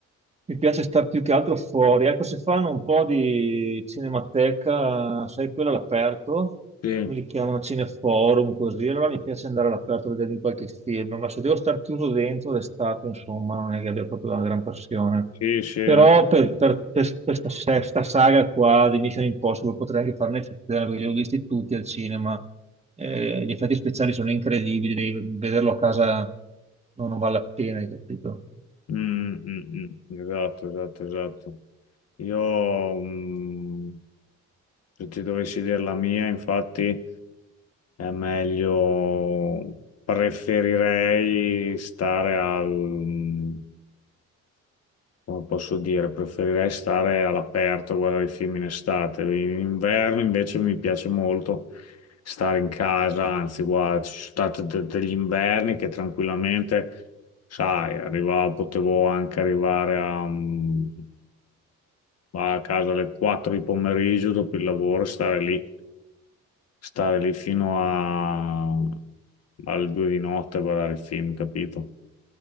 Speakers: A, on the right; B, on the left.
A: mi piace star più che altro fuori. Ecco, se fanno un po' di cinemateca, sai, quella all'aperto,
B: Sì.
A: me li chiamano cineforum così, allora mi piace andare all'aperto a vedermi qualche film, ma se devo star chiuso dentro d'estate, insomma, non è che abbia proprio una gran passione.
B: Sì, sì,
A: Però
B: no.
A: per, per- per questa sesta saga qua di Mission Impossible potrei anche fare un'eccezione, perché li ho visti tutti al cinema. Eh, gli effetti speciali sono incredibili, devi vederlo a casa non, non vale la pena, hai capito?
B: Mm, mm, mm. Esatto, esatto, esatto. Io, mm, se ti dovessi dire la mia, infatti, è meglio, preferirei stare al, come posso dire, preferirei stare all'aperto, a guardare i film in estate. In inverno invece mi piace molto stare in casa, anzi, guarda, ci sono stati de- degli inverni che tranquillamente, sai, arrivavo, potevo anche arrivare a, mm, a casa alle 4 di pomeriggio dopo il lavoro, e stare lì, stare lì fino a, alle 2 di notte a guardare i film, capito?